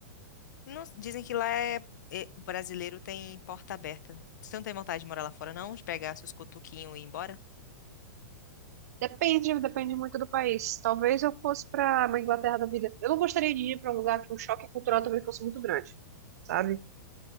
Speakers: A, on the left; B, on the right.
A: Não- dizem que lá é, é- o brasileiro tem porta aberta. Você não tem vontade de morar lá fora, não? De pegar seus cotoquinhos e ir embora?
B: Depende, depende muito do país. Talvez eu fosse para uma Inglaterra da vida. Eu não gostaria de ir para um lugar que o choque cultural também fosse muito grande, sabe?